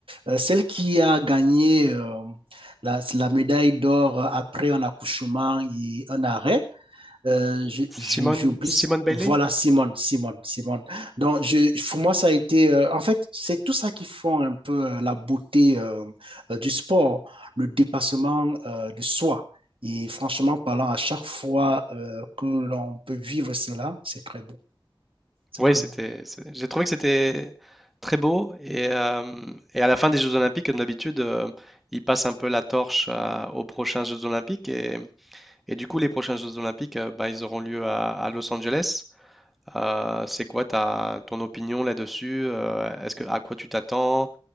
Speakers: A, on the right (about 75°); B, in the centre.
A: euh, celle qui a gagné euh, la, la médaille d'or après un accouchement et un arrêt euh, je- je-
B: Simone,
A: j'oublie.
B: Simone Bailey?
A: Voilà, Simone, Simone, Simone. Donc, je, pour moi, ça a été, euh, en fait, c'est tout ça qui font un peu euh, la beauté euh, euh, du sport, le dépassement euh, de soi. Et franchement parlant, à chaque fois euh, que l'on peut vivre cela, c'est très beau, c'est
B: Oui,
A: très
B: c'était,
A: beau.
B: c'est- j'ai trouvé que c'était très beau. Et, euh, et à la fin des Jeux Olympiques, comme d'habitude, euh, ils passent un peu la torche à- aux prochains Jeux Olympiques. Et, et du coup, les prochains Jeux Olympiques, euh, bah, ils auront lieu à, à Los Angeles. Euh, c'est quoi ta, ton opinion là-dessus? Euh, est-ce que, à quoi tu t'attends?